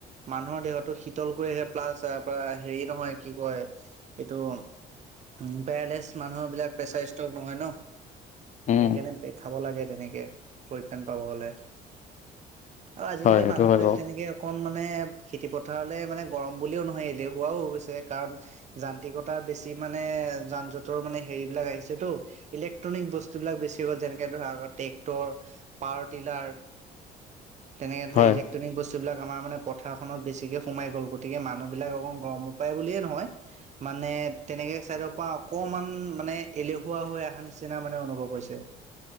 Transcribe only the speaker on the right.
মানুহৰ দেহতটো শীতল কৰি ৰাখে প্লাছ তাৰপা হেৰি নহয় কি কয় এইটো উম পেৰালেচ মানুহ বিলাক পেচাৰ ষ্ট টব নহয় ন
সেইকাৰণে খাব লাগে তেনেকে পৰিত্ৰাণ পাব হলে আৰু আজিকালি
মানুহ
বিলাক
তেনেকে অকণ মানে খেতি পথাৰলে মানে গৰম বুলিও নহয় এলেহুৱাও হৈ গৈছে কাৰণ যান্ত্ৰিকতাৰ বেছি মানে এ যান জঁটৰ মানে হেৰি বিলাক আহিছে এটো ইলেক্ট্ৰনিক বস্তুবিলাক বেছি হ'ল যেনেকে ধৰা আ ট্ৰেক্টৰ পাৱৰ টিলাৰ তেনেকে ধৰা
ইলেক্ট্ৰনিক বস্তুবিলাক আমাৰ মানে পথাৰ খনত বেছিকে সোমাই গ'ল গতিকে মানুহ বিলাক অক গৰম পায় বুলিয়ে নহয় মানে এ তেনেকে চাইডৰ পৰা অকমান মানে এলেহুৱা হৈ অহা নিচিনা মানে অনুভৱ হৈছে